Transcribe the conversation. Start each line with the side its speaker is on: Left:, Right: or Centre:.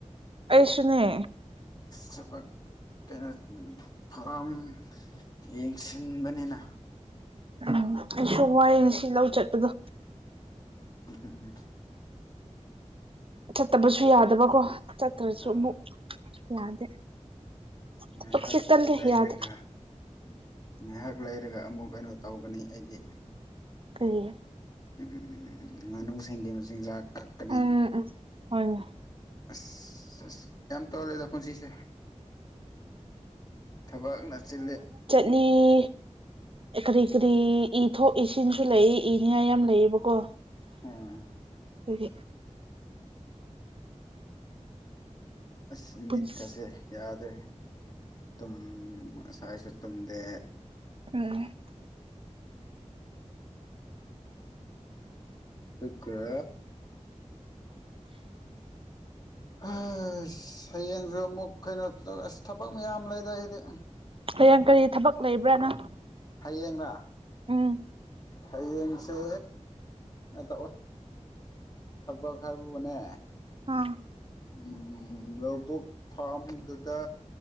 Right: ꯑꯩꯁꯨꯅꯦ
Left: ꯊꯕꯛ ꯀꯩꯅꯣ ꯐꯥꯝ ꯌꯦꯡꯁꯤꯟꯕꯅꯤꯅ
Right: ꯎꯝ ꯑꯩꯁꯨ ꯋꯥꯏ ꯉꯁꯤ ꯂꯧ ꯆꯠꯄꯗꯣ
Left: <inaudible>
Right: ꯆꯠꯇꯕꯁꯨ ꯌꯥꯗꯕꯀꯣ ꯆꯠꯇ꯭ꯔꯁꯨ
Left: ꯑꯥ
Right: ꯑꯃꯨꯛ ꯌꯥꯗꯦ
Left: ꯉꯥꯏꯍꯛ
Right: ꯊꯕꯛꯁꯦ ꯀꯜꯂꯦ
Left: ꯂꯩꯔꯒ
Right: ꯌꯥꯗꯦ
Left: ꯉꯥꯏꯍꯥꯛ ꯂꯩꯔꯒ ꯑꯃꯨꯛ ꯀꯩꯅꯣ ꯇꯧꯒꯅꯤ ꯑꯩꯗꯤ
Right: ꯀꯔꯤ
Left: ꯎꯝ ꯉꯥꯅꯨꯁꯤꯡꯒꯤ ꯃꯆꯤꯟꯖꯥꯛ ꯀꯛꯀꯅꯤ
Right: ꯎꯝ ꯎꯝ ꯍꯣꯏꯅꯦ
Left: ꯑꯁ ꯌꯥꯝ ꯇꯣꯜꯂꯦꯗ ꯄꯨꯟꯁꯤꯁꯦ ꯊꯕꯛꯅ ꯆꯤꯜꯂꯦ
Right: ꯅꯤ ꯀꯔꯤ ꯀꯔꯤ ꯏꯊꯣꯛ ꯏꯁꯤꯡꯁꯨ ꯂꯩ ꯏꯅꯤꯡꯉꯥꯏ ꯌꯥꯝ ꯂꯩꯌꯦꯕꯀꯣ
Left: ꯎꯝ
Right: ꯑꯗꯨꯒꯤ
Left: ꯑꯁ
Right: ꯄꯨꯟꯁ
Left: ꯃꯤꯠꯀꯁꯦ ꯌꯥꯗ꯭ꯔꯦ ꯇꯨꯝ ꯉꯁꯥꯏꯁꯨ ꯇꯨꯝꯗꯦ
Right: ꯎꯝ
Left: ꯗꯨꯒꯥ ꯍꯥꯁ ꯍꯩꯌꯦꯡꯁꯨ ꯑꯃꯨꯛ ꯀꯩꯅꯣ ꯑꯁ ꯊꯕꯛ ꯃꯌꯥꯝ ꯂꯩꯗ ꯑꯩꯗꯤ
Right: ꯍꯩꯌꯦꯡ ꯀꯔꯤ ꯊꯕꯛ ꯂꯩꯕ꯭ꯔꯅꯪ
Left: ꯍꯌꯦꯡꯔꯥ
Right: ꯎꯝ
Left: ꯍꯌꯦꯡꯁꯦ ꯇꯧꯋꯦ ꯊꯕꯛ ꯍꯥꯏꯕꯨꯅꯦ
Right: ꯑꯥ
Left: ꯎꯝ ꯂꯧꯕꯨꯛ ꯐꯥꯝꯗꯨꯗ